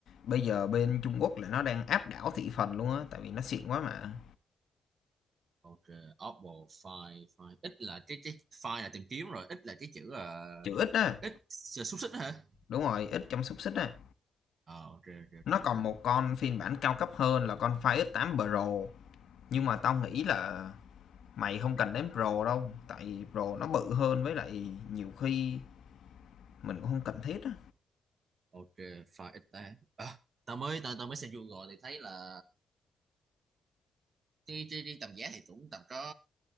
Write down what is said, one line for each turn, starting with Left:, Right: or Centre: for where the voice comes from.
Left: bây giờ bên Trung Quốc là nó đang áp đảo thị phần luôn á tại vì nó xịn quá mà
Right: ok Oppo Find Find ít là cái cái Find là tìm kiếm rồi ít là cái chữ là
Left: chữ ít á
Right: ít là xúc xích đó hả
Left: đúng rồi ít trong xúc xích á
Right: Ờ ok ok ok
Left: nó còn một con phiên bản cao cấp hơn là con Fire X8 Pro nhưng mà tao nghĩ là mày không cần đến Pro đâu tại Pro nó bự hơn với lại nhiều khi mình cũng không cần thiết á
Right: ok Find ít ta à, tao mới tao tao mới xem Google thì thấy là Tuy, tuy riêng tầm giá thì cũng tầm có